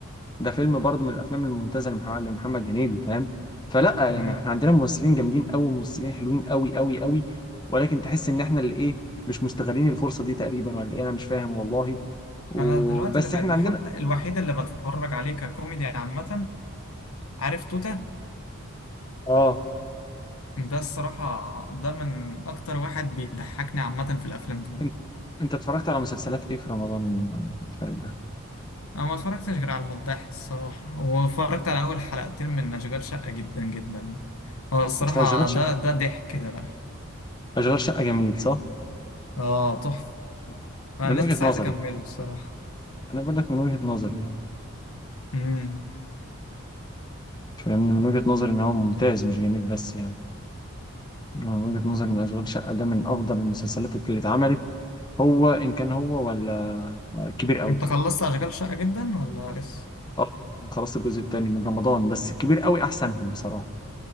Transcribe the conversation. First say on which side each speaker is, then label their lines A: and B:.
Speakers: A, on the left; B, on the left.
A: ده فيلم برضه من الافلام الممتازه لمح- لمحمد هنيدي فاهم فلا
B: مم.
A: يعني احنا عندنا ممثلين جامدين قوي ممثلين حلوين قوي قوي قوي ولكن تحس ان احنا اللي ايه مش مستغلين الفرصه دي تقريبا ولا ايه انا مش فاهم والله وبس
B: أنا دلوقتي اللي بقيت
A: احنا
B: بحب
A: عندنا
B: الوحيد اللي بتفرج عليه ككوميدي عامة عارف توتة
A: اه
B: ده الصراحة ده من أكتر واحد بيضحكني عامة في الأفلام دلوقتي
A: انت انت اتفرجت على مسلسلات ايه في رمضان اللي فات ده؟
B: انا ما اتفرجتش غير على المداح الصراحه واتفرجت على اول حلقتين من اشغال شقه جدا جدا هو الصراحه
A: مش اشغال شقه
B: ده ده ضحك ده بقى
A: اشغال شقه جميل صح؟
B: اه تحفه انا
A: من وجهة
B: لسه
A: نظري
B: عايز اكمله الصراحه
A: انا بقول لك من وجهة نظري يعني
B: امم
A: فاهم من وجهة نظري ان هو ممتاز مش جميل بس يعني أنا من وجهة نظري ان اشغال شقه ده من افضل المسلسلات اللي اتعملت هو ان كان هو ولا كبير قوي
B: انت خلصت اشغال شقه جدا ولا لسه
A: اه خلاص الجزء الثاني من رمضان بس كبير قوي احسنهم بصراحه